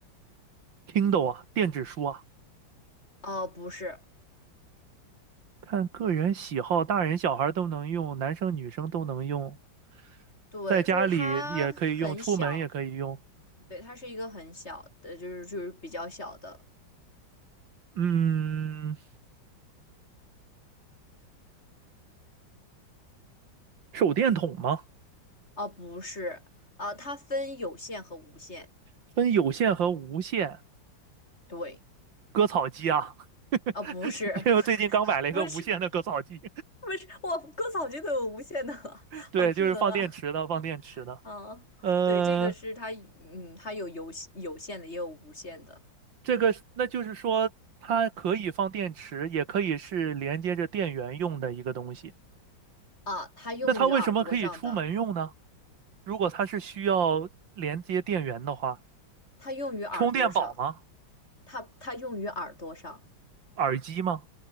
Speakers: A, on the right; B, on the left.
A: Kindle 啊，电子书啊。
B: 啊，不是，
A: 看个人喜好，大人小孩都能用，男生女生都能用，
B: 对，
A: 在家里也可以用，
B: 就是它很小，
A: 出门也可以用。
B: 对，它是一个很小的，就是就是比较小的，
A: 嗯，手电筒吗？
B: 啊，不是，啊，它分有线和无线，
A: 分有线和无线。
B: 对。
A: 割草机啊，<laughs>
B: 啊，不是，
A: 因为我最近刚买了一个无线的割草机，
B: <laughs> 不是，不是，我割草机都有无线的了，
A: <laughs> 对，
B: 好智能啊！
A: 就是放电池的，放电池的。
B: 啊，
A: 呃，
B: 对，这个是它，嗯，它有有有线的，也有无线的
A: 这个是那就是说，它可以放电池，也可以是连接着电源用的一个东西。
B: 啊。它用于耳朵上的，
A: 那它为什么可以出门用呢？如果它是需要连接电源的话，
B: 它用于耳朵上，
A: 充电宝吗？
B: 它它用于耳朵上。
A: 耳机吗？